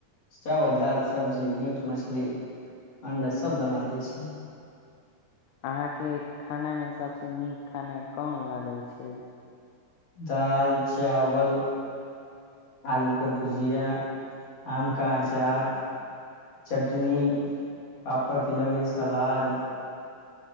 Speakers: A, on the left (about 55°); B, on the left (about 85°).
A: चावल दालि सब्जी मीट मछली अण्डा सभ बना लैत छी
B: अहाँके खानामे सभसँ नीक खाना कोन लागै छै
A: दाल चावल आलू के भुजिया आम का अचार चटनी पापड़ तिलौड़री सलाद